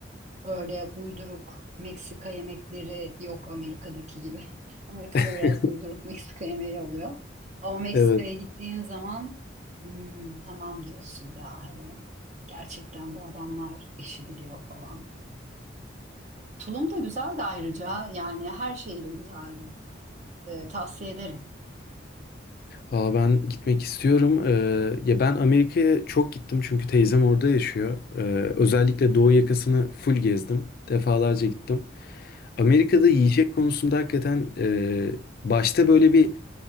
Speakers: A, on the right (about 40°); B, on the left (about 50°).
A: Öyle uyduruk Meksika yemekleri yok Amerika'daki gibi. <laughs> Amerika'da
B: <laughs>
A: biraz uyduruk Meksika yemeği oluyor. Ama Meksika'ya
B: Evet.
A: gittiğin zaman "Hmm, tamam diyorsun ya hani gerçekten bu adamlar işi biliyor falan. Tulum da güzeldi ayrıca yani her şeyle güzeldi. Ee, tavsiye ederim.
B: Aa, ben gitmek istiyorum. Ee, ya ben Amerika'ya çok gittim çünkü teyzem orada yaşıyor. Ee, özellikle doğu yakasını full gezdim. Defalarca gittim. Amerika'da
A: Hı hı.
B: yiyecek konusunda hakikaten e, başta böyle bir